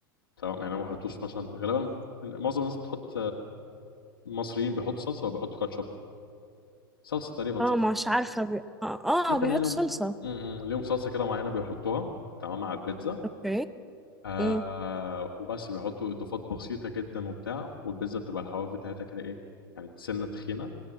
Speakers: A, on the left; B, in the centre.
A: تمام يعني ما بيحطوش مثلا غالبا معظم الناس بتحط المصريين بيحطوا صلصه وبيحطوا كاتشب صلصه تقريبا
B: اه مش عارفة بي... اه
A: مثلا
B: اه بيحطوا
A: يعني هم-
B: صلصة
A: م- م. ليهم صلصه كده معينه بيحطوها تمام على البيتزا
B: اوكي
A: آه
B: امم
A: وبس بيحطوا اضافات بسيطه جدا وبتاع والبيتزا بتبقى الحواف بتاعتها كده ايه يعني سنه تخينه